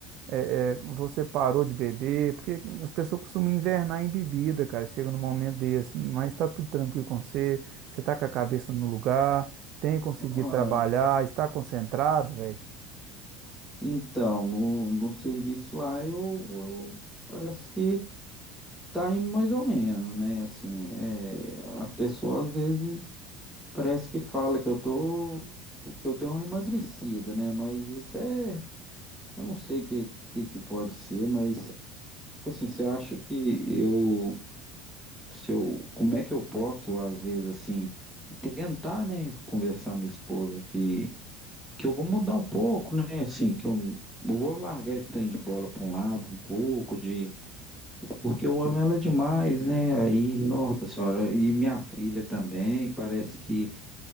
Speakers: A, on the right; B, in the centre.
A: É, é, você parou de beber, porque as pessoas costumam invernar em bebida, cara, chega num momento desse, mas tá tudo tranquilo com você, você tá com a cabeça no lugar, tem conseguido
B: Uai,
A: trabalhar, está concentrado, velho.
B: Então, no, no serviço lá, eu eu- parece que. Tá indo mais ou menos, né? Assim, é, as pessoas às vezes parece que fala que eu tô, que eu dei uma emagrecida, né? Mas isso é, eu não sei o que que, que pode ser, mas tipo assim, você acha que eu, se eu, como é que eu posso às vezes assim tentar, né, conversar com minha esposa que que eu vou mudar um pouco, né? Assim, que eu, eu vou largar esse trem de bola para um lado um pouco de Porque eu amo ela demais, né? Aí, nossa senhora, e minha filha também, parece que